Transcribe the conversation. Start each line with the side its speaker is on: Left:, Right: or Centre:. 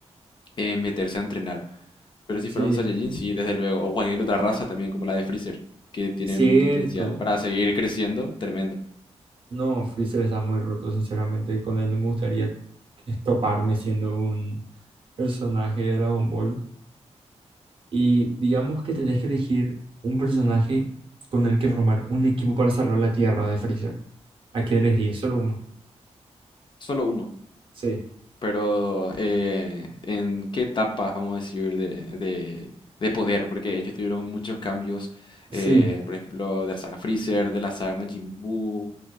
Left: eh, meterse a entrenar. Pero si
Right: Sí,
Left: fuera un Saiyajin, sí, desde luego. O cualquier otra raza también, como la de Freezer, que tienen
Right: cierto.
Left: un potencial para seguir creciendo tremendo.
Right: No, Freezer está muy roto, sinceramente. Con él no me gustaría estoparme siendo un personaje de Dragon Ball. Y digamos que tenés que elegir un personaje con el que formar un equipo para salvar la Tierra de Freezer. ¿A quién elegirías? Solo uno.
Left: Solo uno.
Right: Sí.
Left: Pero, eh, ¿en qué etapa, vamos a decir, de, de, de poder? Porque ellos tuvieron muchos cambios,
Right: Sí.
Left: eh, por ejemplo, de la saga Freezer, de la saga Majin Buu,